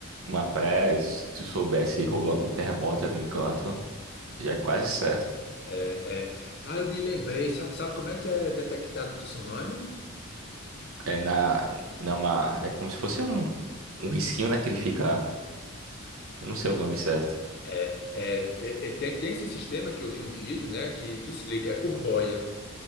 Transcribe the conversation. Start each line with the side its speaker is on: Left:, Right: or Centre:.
Right: uma pré, se tu soubesse rolou algum terremoto em algum canto, já é quase certo.
Left: É, é. Ah, eu me lembrei. Sabe, sabe como é que é detectado o tsunami?
Right: É na, na uma, é como se fosse um, um risquinho, né, que ele fica, eu não sei o nome certo.
Left: É, é, te- é, tem, tem esse sistema que eu vi um vídeo, né, que, que explica. É por boia.